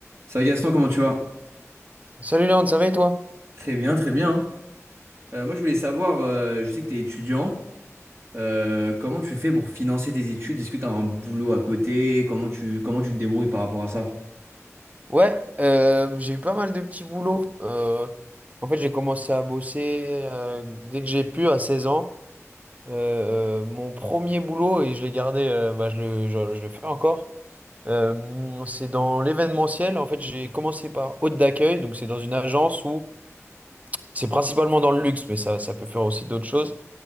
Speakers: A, on the right; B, on the right.
A: Ça va Gaston, comment tu vas?
B: Salut Léon, ça va et toi?
A: Très bien, très bien. hein. Euh, moi, je voulais savoir, euh, je sais que tu es étudiant, euh, comment tu fais pour financer tes études? Est-ce que tu as un boulot à côté? Comment tu, comment tu te débrouilles par rapport à ça?
B: Ouais, euh, j'ai eu pas mal de petits boulots. Euh, en fait, j'ai commencé à bosser euh, dès que j'ai pu, à 16 ans. Euh, mon premier boulot, et je l'ai gardé, euh, bah, je le, je, je le fais encore, euh, c'est dans l'événementiel. En fait, j'ai commencé par hôte d'accueil, donc c'est dans une agence où c'est principalement dans le luxe, mais ça, ça peut faire aussi d'autres choses.